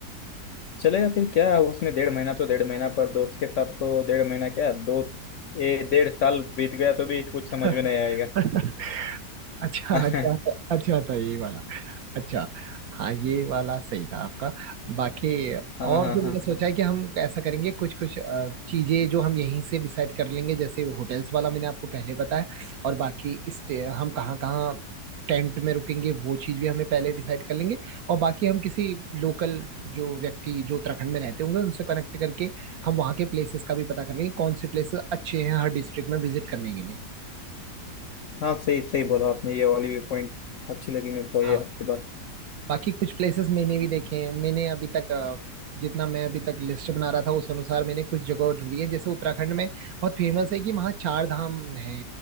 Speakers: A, on the left; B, on the right.
A: चलेगा फिर क्या उसमें डेढ़ महीना तो डेढ़ महीना पर दोस्त के साथ तो डेढ़ महीना क्या दो ए डेढ़ साल बीत गया तो भी कुछ
B: <laughs>
A: समझ में नहीं आएगा
B: अच्छा
A: <laughs> हाँ
B: अच्छा अच्छा था यही वाला अच्छा हाँ ये वाला सही था आपका बाकी
A: हाँ
B: और
A: हाँ
B: जो मैंने सोचा है कि हम ऐसा करेंगे कुछ कुछ चीजें जो हम यहीं से डिसाइड कर लेंगे जैसे वो होटल्स वाला मैंने आपको पहले बताया और बाकी स्टे हम कहाँ कहाँ टेंट में रुकेंगे वो चीज भी हमें पहले डिसाइड कर लेंगे और बाकी हम किसी लोकल जो व्यक्ति जो उत्तराखंड में रहते होंगे उनसे कनेक्ट करके हम वहाँ के प्लेसेस का भी पता कर लेंगे कौन से प्लेसेस अच्छे हैं हर डिस्ट्रिक्ट में विजिट करने के लिए
A: हाँ सही सही बोला आपने ये वाली पॉइंट अच्छी लगी मेरे को
B: हाँ।
A: ये आपकी बात
B: बाकी कुछ प्लेसेस मैंने भी देखे हैं मैंने अभी तक अ, जितना मैं अभी तक लिस्ट बना रहा था उस अनुसार मैंने कुछ जगह ढूंढी है जैसे उत्तराखंड में बहुत फेमस है कि वहाँ चार धाम है